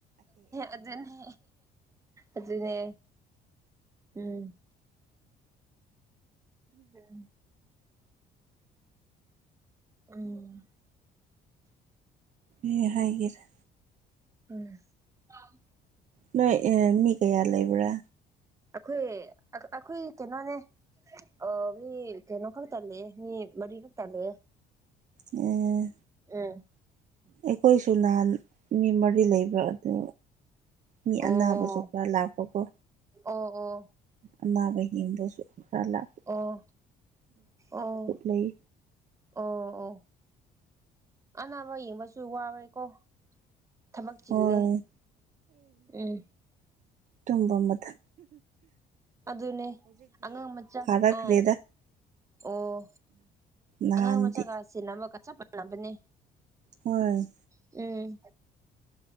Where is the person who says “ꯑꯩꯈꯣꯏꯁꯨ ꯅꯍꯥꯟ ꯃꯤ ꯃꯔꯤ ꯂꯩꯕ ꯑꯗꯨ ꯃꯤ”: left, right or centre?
Right